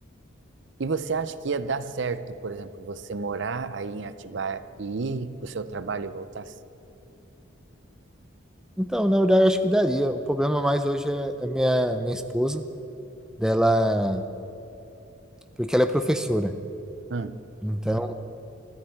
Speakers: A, on the right; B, in the centre.
A: E você acha que ia dar certo, por exemplo, você morar aí em Atibaia e ir para o seu trabalho e voltar?
B: Então, na verdade, eu acho que daria. O problema mais hoje é a minha, minha esposa, dela, porque ela é professora.
A: Hum,
B: Então,